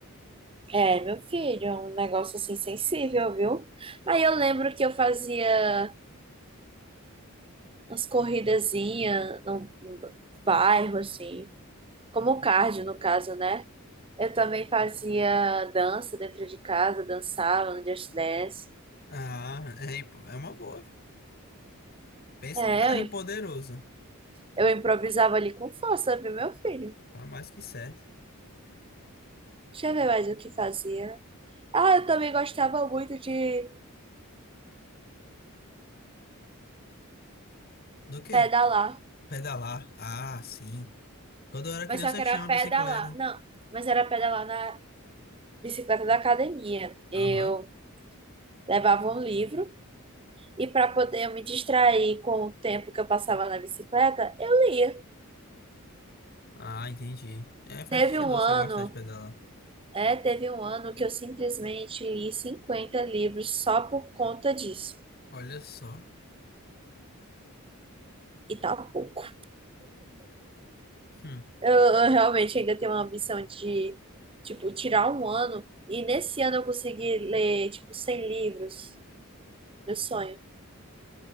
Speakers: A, on the right (about 25°); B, on the left (about 45°).
A: É, meu filho, é um negócio assim sensível, viu? Aí eu lembro que eu fazia umas corridazinhas no, no bairro, assim, como cardio, no caso, né? Eu também fazia dança dentro de casa, dançava no Just Dance.
B: Ah, é, imp- é uma boa. viu? Pensa
A: É,
B: num cardio
A: eu,
B: poderoso.
A: eu improvisava ali com força, viu, meu filho?
B: Tá mais que certo.
A: Deixa eu ver mais o que fazia. Ah, eu também gostava muito de
B: Do quê?
A: pedalar,
B: Pedalar. Ah, sim. Quando eu era criança
A: mas só que
B: eu
A: era
B: tinha
A: pedalar.
B: uma bicicleta.
A: Não, mas era pedalar na bicicleta da academia. Eu
B: Aham.
A: levava um livro e para poder eu me distrair com o tempo que eu passava na bicicleta, eu lia.
B: Ah, entendi. É, faz
A: Teve
B: sentido
A: um
B: você
A: ano,
B: gostar de pedalar.
A: é, teve um ano que eu simplesmente li 50 livros só por conta disso.
B: Olha só.
A: E tá pouco.
B: Hum.
A: Eu, eu realmente ainda tenho uma ambição de, tipo, tirar um ano e nesse ano eu conseguir ler, tipo, 100 livros. Meu sonho.